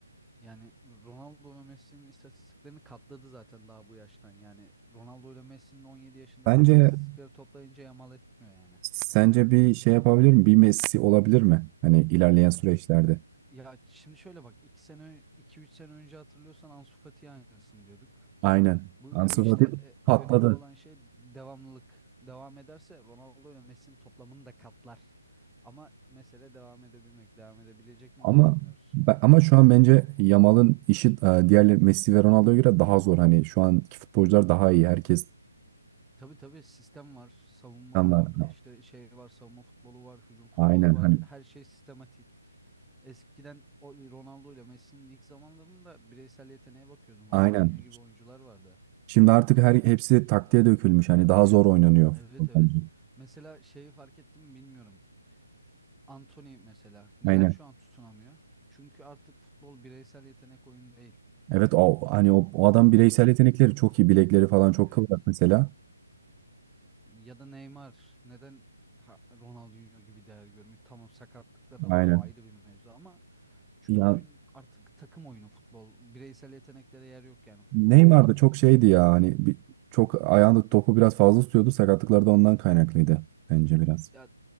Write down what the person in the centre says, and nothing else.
Yani Ronaldo ve Messi'nin istatistiklerini katladı zaten daha bu yaştan. Yani Ronaldo ile Messi'nin 17 yaşındaki
istatistikleri toplayınca yamal etmiyor yani.
Ya şimdi şöyle bak 2 sene iki üç sene önce hatırlıyorsan Ansu Fati'ye aynısını diyorduk.
Bu,
bu işte
e,
önemli olan şey devamlılık. Devam ederse Ronaldo ile Messi'nin toplamını da katlar. Ama mesele devam edebilmek, devam edebilecek mi
onu bilmiyoruz.
Tabii tabii sistem var, savunma
var, işte şey var, savunma futbolu var, hücum futbolu
var.
Her şey sistematik. Eskiden o Ronaldo ile Messi'nin ilk zamanlarında bireysel yeteneğe bakıyordun. Ronaldinho
gibi oyuncular vardı.
Evet
evet.
Mesela şeyi fark ettim mi bilmiyorum. Antony mesela neden
şu an tutunamıyor? Çünkü artık futbol bireysel yetenek oyunu değil.
Evet.
Ya da Neymar neden ha- Ronaldinho gibi değer görmüyor? Tamam sakatlıkları
var o ayrı bir mevzu ama çünkü
oyun artık takım oyunu futbol. Bireysel yeteneklere yer yok yani futbolda.
Ya